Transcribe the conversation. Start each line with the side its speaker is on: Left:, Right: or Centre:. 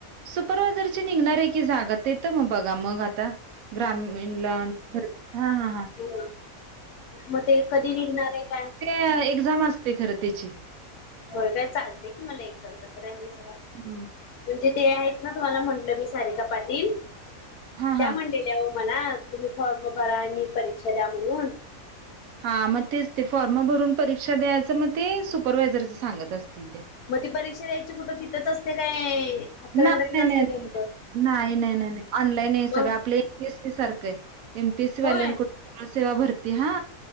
Right: सुपरवायझर ची निघणारे की जागा तेेत मग बघा मग आता ग्रामी नला हा हा हा.
Left: हो मग ते कधी निघणार आहे काय?
Right: त्या एक्झाम असते खरं त्याची.
Left: हो काय चालते की मला एक्झाम तसं काय नाही सोडा
Right: हम्म.
Left: म्हणजे ते आहेत ना तुम्हाला म्हटलं मी. सारिका पाटील
Right: हा
Left: त्या
Right: हा.
Left: म्ह दव मला तुम्ही फॉर्म भरा आणि परीक्षा द्या म्हणून.
Right: हा मग तेच ते फॉर्म भरून परीक्षा द्यायचं मग ते सुपरवायझरच सांगत असतील त्या.
Left: मग ती परीक्षा द्यायची कुठं तिथंच असते काय? हातकलंगड्यातच
Right: नाय नाय
Left: असते काय
Right: नाय.
Left: कुठं?
Right: नाय नाय नाय नाय ऑनलाईन आहे सगळं
Left: मग
Right: आपलं एम पी एस सी सारखं आहे एम पी एसी वाल्या
Left: होय.
Right: कुठ इ सेवा भरती हा.